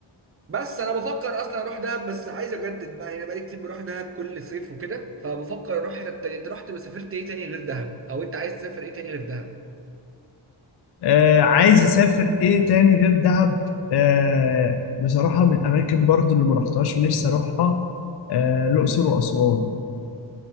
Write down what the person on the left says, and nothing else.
آه، عايز اسافر ايه تاني غير دهب آه بصراحة من الاماكن برضو اللي ما رحتهاش ونفسي اروحها آه الاقصر واسوان